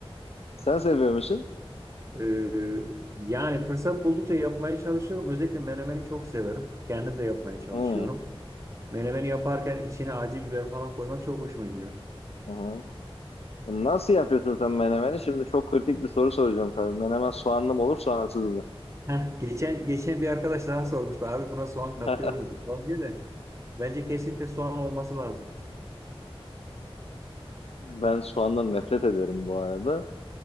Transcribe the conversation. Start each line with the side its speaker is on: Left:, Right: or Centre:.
Left: Sen seviyor musun?
Right: Ee, yani fırsat buldukça yapmaya çalışıyorum. Özellikle menemeni çok severim. Kendim de yapmaya çalışıyorum.
Left: Hı,
Right: Menemeni yaparken içine acı biber falan koymak çok hoşuma gidiyor.
Left: hı. Nasıl yapıyorsun sen menemeni? Şimdi çok kritik bir soru soracağım tabii. Menemen soğanlı mı olur, soğansız mı?
Right: Heh, geçen geçen bir arkadaş daha sormuştu abi buna soğan
Left: <laughs>
Right: katıyor muyduk falan diye de bence kesinlikle soğan olması lazım.
Left: Ben soğandan nefret ederim bu arada.